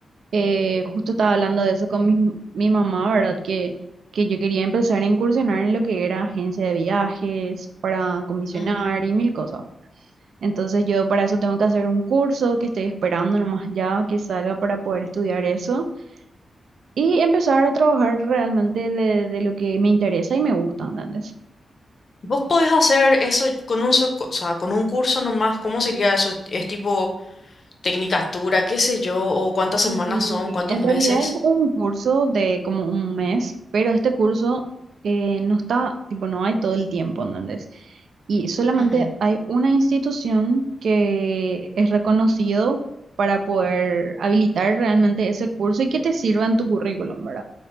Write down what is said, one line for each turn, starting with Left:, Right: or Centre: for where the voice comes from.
Right: eh, justo estaba hablando de eso con mi, mi mamá, ¿verdad? Que, que yo quería empezar a incursionar en lo que era agencia de viajes, para comisionar
Left: ujú.
Right: y mil cosas. Entonces yo para eso tengo que hacer un curso que estoy esperando nomás ya que salga para poder estudiar eso y empezar a trabajar realmente de, de lo que me interesa y me gusta, ¿entendés?
Left: ¿Vos podés hacer eso con un, so- o sea, con un curso nomás? ¿Cómo sería eso? ¿Es es tipo tecnicatura, qué sé yo? ¿O cuántas
Right: Y
Left: semanas son? ¿Cuántos
Right: en realidad
Left: meses?
Right: es un curso de como un mes, pero este curso eh, no está, tipo, no hay todo el tiempo, ¿entendés? Y solamente
Left: Ujú,
Right: hay una institución que es reconocido para poder habilitar realmente ese curso y que te sirva en tu currículum, ¿verdad?